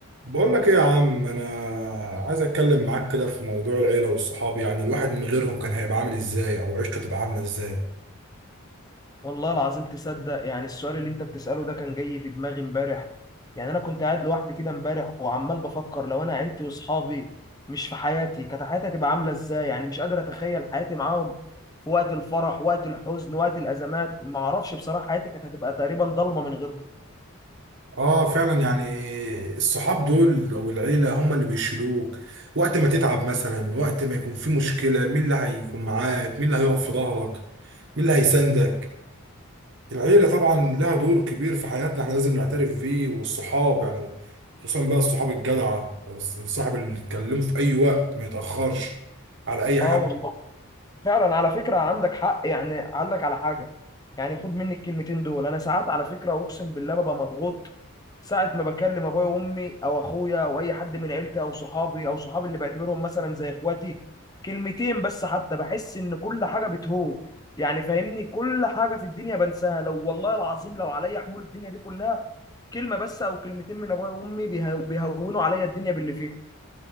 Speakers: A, on the right; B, on the left.
A: بقول لك ايه يا عم انا عايز اتكلم معاك كده في موضوع العيله والصحاب يعني الواحد من غيرهم كان هيبقى عامل ازاي او عيشته تبقى عامله ازاي
B: والله العظيم تصدق يعني السؤال اللي انت بتسأله ده كان جاي في دماغي امبارح يعني انا كنت قاعد لوحدي كده امبارح وعمال بفكر لو انا عيلتي واصحابي مش في حياتي كانت حياتي هتبقى عاملة ازاي يعني مش قادر اتخيل حياتي معاهم في وقت الفرح وقت الحزن وقت الازمات ما اعرفش بصراحة حياتي كانت هتبقى تقريبا ضلمة من غيرهم
A: اه فعلا يعني الصحاب دول او العيله هم اللي بيشيلوك وقت ما تتعب مثلا وقت ما يكون في مشكله مين اللي هيكون معاك مين اللي هيقف في ظهرك مين اللي هيساندك العيله طبعا لها دور كبير في حياتنا احنا لازم نعترف بيه والصحاب يعني خصوصا بقى الصحاب الجدعه الصاحب اللي تكلمه في اي وقت ما يتاخرش على اي حاجه
B: اه والله فعلا على فكرة عندك حق يعني اقول لك على حاجة يعني خد مني الكلمتين دول انا ساعات على فكرة اقسم بالله ببقى مضغوط ساعة ما بكلم ابويا وامي او اخويا او اي حد من عيلتي او صحابي او صحابي اللي بعتبرهم مثلا زي اخواتي كلمتين بس حتى بحس ان كل حاجة بتهون يعني فاهمني كل حاجة في الدنيا بنساها لو والله العظيم لو عليا حمول الدنيا دي كلها كلمة بس او كلمتين من ابويا وامي بيهو- بيهونوا عليا الدنيا باللي فيها